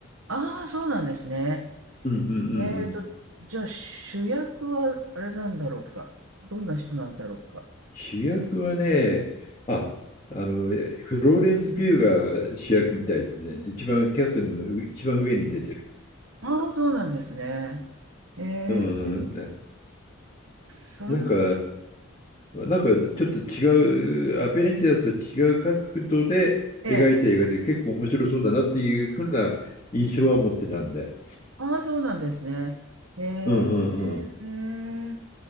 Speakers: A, on the right; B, on the left.
A: ああ、そうなんですね。
B: うんうんう
A: えーと、
B: んうん。
A: じゃあ主役はあれなんだろうか。どんな人なんだろうか。
B: 主役はね、あ、あの、フローレンス・ビューが主役みたいですね。一番、キャストの一番上に出てる。
A: ああ、そうなんですね。へえ。
B: うん、
A: 三、
B: なんか、なんかちょっと違う、アベンジャーズと違う角度で描いた映画で結構面白そうだなっていうふうな印象は持ってたんで。
A: ええ。ああ、そうなんですね。へ
B: うんうんうん。
A: え。